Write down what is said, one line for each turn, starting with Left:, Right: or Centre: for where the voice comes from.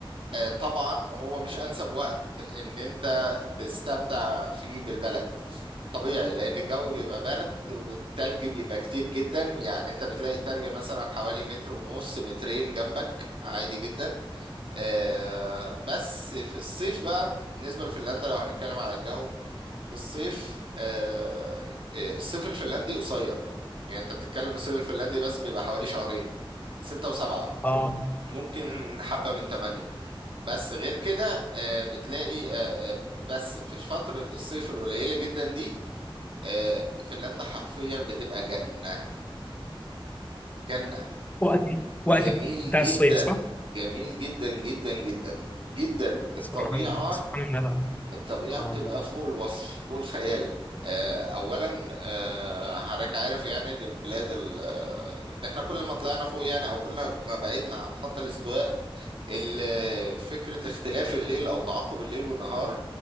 Right: آه، طبعا هو مش انسب وقت ان انت تستمتع فيه بالبلد طبيعي لان الجو بيبقى برد والتلج بيبقى كتير جدا يعني انت بتلاقي التلج مثلا حوالي متر ونص مترين جنبك عادي جدا آه، بس في الصيف بقى بالنسبة لفنلندا لو هنتكلم على الجو في الصيف آه، آه، الصيف الفنلندي قصير يعني انت بتتكلم الصيف الفنلندي بس بيبقى حوالي شهرين ستة وسبعة
Left: اه
Right: ممكن حبة من تمانية بس غير كده آه، بتلاقي آه، آه، بس في فترة الصيف القليلة جدا دي آه، فنلندا حرفيا بتبقى جنة جنة
Left: وقت
Right: جميل
Left: وقت بتاع
Right: جدا
Left: الصيف صح؟
Right: جميل جدا جدا جدا جدا الطبيعة
Left: سبحان الله سبحان الله ده.
Right: الطبيعة
Left: سبحان
Right: بتبقى
Left: الله
Right: فوق الوصف فوق الخيال آه، أولا آه، حضرتك عارف يعني دي البلاد ال- آه، إن احنا كل ما طلعنا فوق يعني أو كل ما بعدنا عن خط الاستواء ال- فكرة اختلاف الليل أو تعاقب الليل والنهار